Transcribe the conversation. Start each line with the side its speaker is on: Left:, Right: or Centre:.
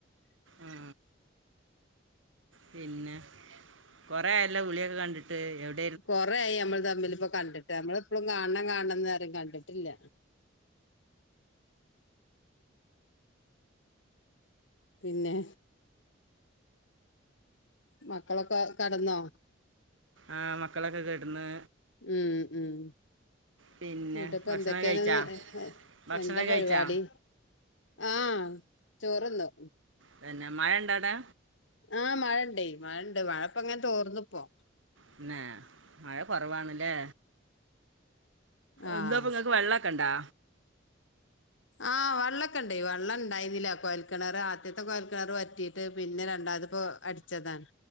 Right: ആ പിന്നെ കൊറെ ആയല്ലോ വിളിയൊക്കെ കണ്ടിട്ട് എവി
Left: കൊറെയായി നമ്മൾ തമ്മില് ഇപ്പ കണ്ടിട്ട് നമ്മളെപ്പോഴും കാണണം കാണണം എന്ന് പറയും കണ്ടിട്ടില്ല പിന്നെ മക്കളൊക്കെ കടന്നോ
Right: ആഹ് മക്കളൊക്കെ കെടന്ന്
Left: ഉം ഉം <unintelligible>
Right: പിന്നെ
Left: ഇപ്പ
Right: ഭക്ഷണം
Left: എന്തൊക്കെയാണ്
Right: കഴിച്ചാ ഭക്ഷണം
Left: എന്താ
Right: കഴിച്ചാ
Left: പരിപാടി ആഹ് ചോറുന്ന്
Right: പിന്നെ മഴ ഇണ്ടാ അടാ
Left: ആഹ് മഴ ഇണ്ട് മഴ ഇണ്ട് മഴപ്പ അങ്ങനെ തോർന്ന് പ്പോ
Right: പിന്നാ മഴ കുറവാണല്ലേ
Left: ആഹ്
Right: എന്താ ഇങ്ങക്ക് വെള്ളമൊക്കെണ്ടാ
Left: ആഹ് വെള്ളൊക്കെ ഇണ്ട് വെള്ളം ഇണ്ടായിരുന്നില്ല കോയൽക്കിണർ ആദ്യത്തെ കോയൽക്കിണർ വറ്റിട്ട് പിന്നെ രണ്ടാമതിപ്പോ അടിച്ചതാണ്